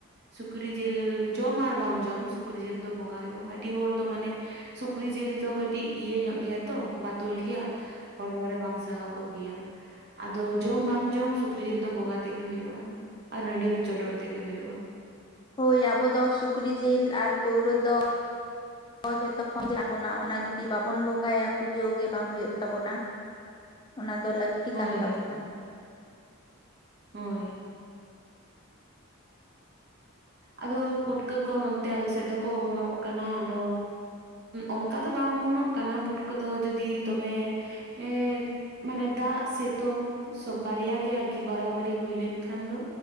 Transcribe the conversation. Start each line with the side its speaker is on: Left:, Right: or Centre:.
Right: ᱥᱩᱠᱨᱤ ᱡᱤᱞ ᱡᱚᱢ ᱟᱨ ᱵᱟᱢ ᱡᱚᱢ ᱥᱩᱠᱨᱤ ᱡᱤᱞ ᱫᱚ ᱵᱚᱸᱜᱟ ᱦᱩᱭᱩᱜᱼᱟ, ᱟᱹᱰᱤ ᱦᱚᱲ ᱫᱚ ᱢᱟᱱᱮᱼᱼ ᱥᱩᱠᱨᱤ ᱡᱤᱞ ᱫᱚ ᱠᱟᱹᱴᱤᱡ ᱤᱭᱟᱹ ᱧᱚᱜ ᱜᱮᱭᱟ᱾ ᱛᱚ ᱵᱟᱛᱚᱞ ᱜᱮᱭᱟ ᱦᱚᱲᱢᱚ ᱨᱮ ᱵᱟᱝ ᱥᱟᱦᱟᱣ ᱠᱚᱜᱮᱭᱟ᱾ ᱟᱫᱚ ᱡᱚᱢ ᱵᱟᱢ ᱡᱚᱢ ᱥᱩᱠᱨᱤ ᱡᱤᱞ ᱫᱚ ᱵᱚᱸᱜᱟ ᱛᱮᱜᱮ ᱦᱩᱭᱩᱜᱼᱟ ᱟᱨ ᱦᱟᱺᱰᱤ ᱫᱚ ᱪᱚᱰᱚᱨ ᱛᱮᱜᱮ ᱦᱩᱭᱩᱜᱼᱟ᱾
Left: ᱦᱳᱭ ᱟᱵᱚ ᱫᱚ ᱥᱩᱠᱨᱤ ᱡᱤᱞ ᱟᱨ ᱯᱟᱹᱣᱨᱟᱹ ᱫᱚ ᱡᱚᱛᱚ ᱠᱷᱚᱱ <unintelligible> ᱵᱚᱱᱟ ᱚᱱᱟ ᱡᱩᱫᱤ ᱵᱟᱵᱚᱱ ᱵᱚᱸᱜᱟᱭᱟ, ᱯᱩᱡᱟᱹ ᱜᱮ ᱵᱟᱝ ᱦᱩᱭᱩᱜ ᱛᱟᱵᱚᱱᱟ ᱚᱱᱟ ᱫᱚ ᱞᱟᱹᱠᱛᱤ
Right: ᱦᱳᱭ
Left: ᱠᱟᱱ ᱛᱟᱵᱚᱱᱟ᱾
Right: ᱦᱳᱭ ᱟᱫᱚ ᱯᱩᱴᱠᱟᱹ ᱠᱚ ᱱᱚᱱᱛᱮ ᱟᱞᱮ ᱥᱮᱫ ᱫᱚᱠᱚ ᱚᱢᱚᱱᱚᱜ ᱠᱟᱱᱟ, ᱟᱫᱚ ᱚᱱᱠᱟ ᱫᱚ ᱵᱟᱝ ᱚᱢᱚᱱᱚᱜ ᱠᱟᱱᱟ ᱯᱩᱴᱠᱟᱹ ᱫᱚ ᱡᱩᱫᱤ ᱫᱚᱢᱮ ᱮᱸ ᱢᱟᱱᱮ ᱫᱟᱜ ᱥᱤᱛᱩᱝ ᱵᱟᱨᱭᱟ ᱜᱮ ᱟᱨᱠᱤ ᱵᱟᱨᱟᱵᱟᱨᱤ ᱦᱩᱭ ᱞᱮᱱᱠᱷᱟᱱ ᱫᱚ